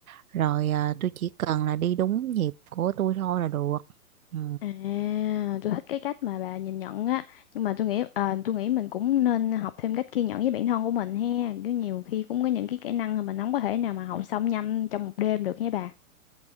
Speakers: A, on the right; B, on the left.
A: rồi ờ, tôi chỉ cần là đi đúng nhịp của tôi thôi là được ừ.
B: à tôi thích cái cách mà bà nhìn nhận á nhưng mà tôi nghĩ ờ, tôi nghĩ mình cũng nên học thêm cách kiên nhẫn với bản thân của mình ha kiểu nhiều khi cũng có những cái kỹ năng mà mình không có thể nào mà học xong nhanh trong một đêm được nha bà